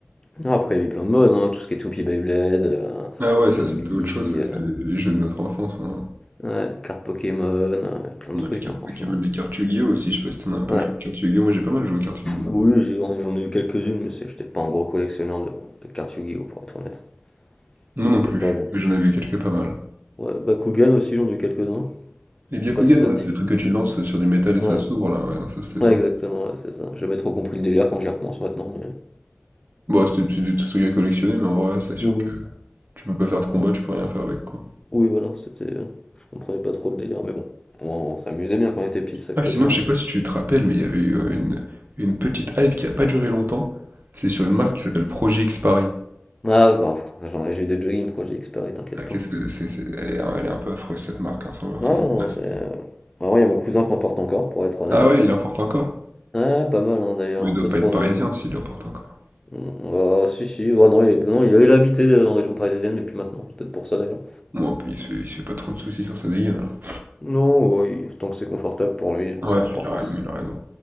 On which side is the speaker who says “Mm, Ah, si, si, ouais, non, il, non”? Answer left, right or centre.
Left